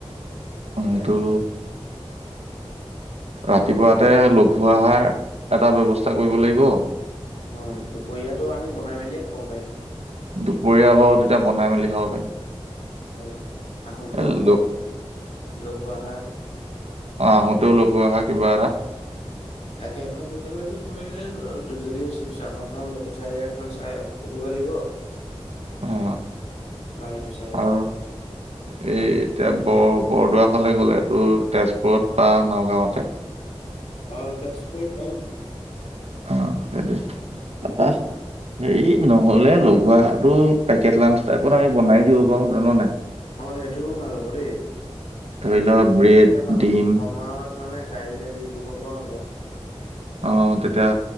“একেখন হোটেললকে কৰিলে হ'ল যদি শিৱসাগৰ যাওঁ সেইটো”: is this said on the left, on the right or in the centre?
Left